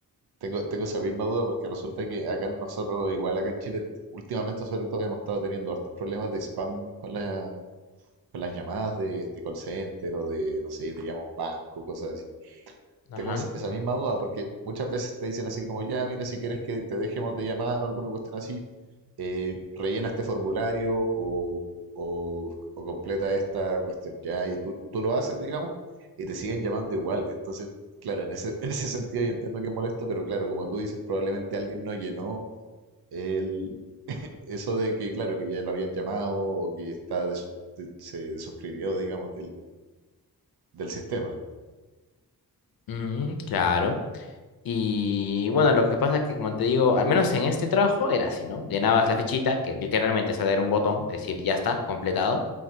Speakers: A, on the right; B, on the left.
A: tengo, tengo esa misma duda porque resulta que acá nosotros, igual acá en Chile, últimamente sobre todo hemos estado teniendo hartos problemas de spam con la, con las llamadas de, de call center o de, no sé, te llama un banco, cosas así.
B: Ajá.
A: Tengo esa esa misma duda porque muchas veces te dicen así como, ya, mira, si quieres que te dejemos de llamar o alguna cuestión así, eh, rellena este formulario o, o- o completa esta cuestión, ya, y tú, tú lo haces, digamos, y te siguen llamando igual. Entonces, claro, en ese, <laughs> en ese sentido yo entiendo que es molesto, pero claro, como tú dices, probablemente alguien no llenó el, eso de que, claro, que ya lo habían llamado o que está desus- de- se desuscribió, digamos, del, del sistema.
B: Mm, claro. Y bueno, lo que pasa es que, como te digo, al menos en este trabajo era así, ¿no? Llenabas la fichita, que literalmente solo era un botón, decir ya está, completado,